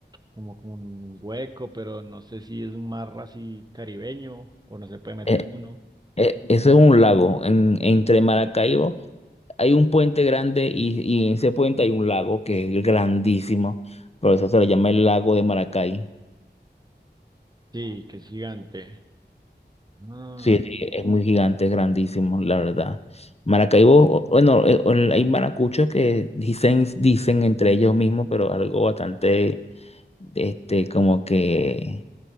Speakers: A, on the right; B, on the left.
A: como, como un hueco, pero no sé si es un mar así caribeño o no se puede meter
B: Eh,
A: uno.
B: eh, eso es un lago. En- entre Maracaibo hay un puente grande y, y en ese puente hay un lago que es grandísimo. Por eso se le llama el lago de Maracay.
A: Sí, que es gigante. Ah,
B: Sí, sí, es muy gigante, es grandísimo, la verdad. Maracaibo, o- bueno, eh, o- hay maracuchos que dicen, dicen entre ellos mismos, pero algo bastante, este, como que,